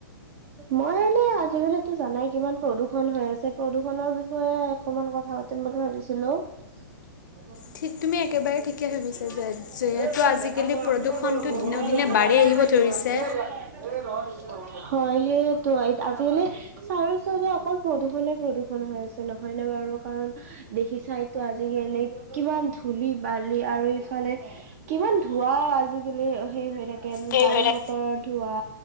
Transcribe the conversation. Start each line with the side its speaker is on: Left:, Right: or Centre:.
Right: মই এনে আজিকালোটো জানাই। কিমান প্ৰদূষন হৈ আছে প্ৰদূষনৰ বিষয়ে অকমান কথা পাতিম বুলি ভাবিছিলো। নহয়
Left: ঠিক তুমি একেবাৰে ঠিকে ভাবিছা যে যিহেতু আজিকালি
Right: দেখাৱা
Left: প্ৰদূষণটো
Right: আপনি ম <unintelligible>
Left: দিনক দিনে বাঢ়ি আহিব ধৰিছে।
Right: হয় সেইটো আজিকালি চাৰ অকল প্ৰদূষনে প্ৰদূষন হৈ আছে নহয় নে বাৰু কাৰণ দেখি চাইতো আজিকালি। কিমান ধূলি বালি আৰু ইফালে কিমান ধোৱা আজি সেই হৈ থাকে
Left: সেই
Right: গাড়ী
Left: হৈ থাকে
Right: মটৰৰ ধোঁৱা